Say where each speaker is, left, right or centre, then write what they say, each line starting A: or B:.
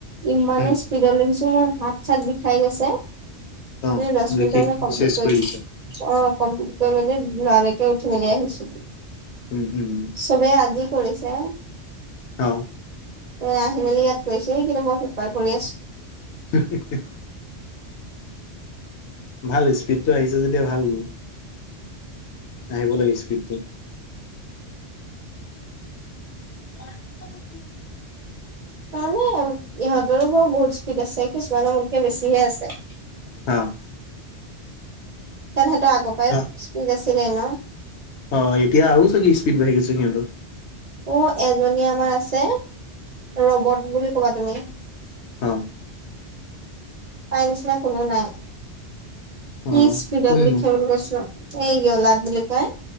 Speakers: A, on the right; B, on the left.
A: ইমানেই
B: উম
A: স্পীডলৈ লিখিছো মোৰ হাত - চাত বিষাই গৈছে।
B: অ
A: ই দছ
B: লিখি
A: মিনিট আগে কমপ্লিট
B: চেচ
A: কৰি
B: দিছা
A: অ' কমপ্লিত কৰি মেলি লৰা লৰিকে উঠি মেলি আহিছো।
B: উম- উম -উম।
A: চবেই আজি কৰিছে।
B: অ।
A: ত আহি মেলি ইয়াত কৈছে কিন্তু মই পেপাৰ কৰি আছো।
B: <unintelligible> ভাল স্পীডটো আহিছে যেতিয়া ভাল। আহিব লাগে স্পিডটো। <unintelligible>
A: এনে ইহঁতৰো বিও বহুত স্পীড আছে কিছুমানৰ মোতকে বেছিহে আছে।
B: অ।
A: কাৰণ সিঁহতৰ আগৰ পৰাই
B: অ
A: স্পীড আছিলে ন।
B: অ এতিয়া আৰু চাগে কি স্পীড বাঢ়ি গৈছে সিহঁতৰ।
A: অ এজনী আমাৰ আছে ৰবট বুলি ক'বা তুমি।
B: অহ।
A: তাইৰ নিচিনা কোনো নাই, কি
B: অ
A: স্পিডত
B: কোননো
A: লিখে বুলি কৈছোঁ। এই ইয়লাত বুলি কয়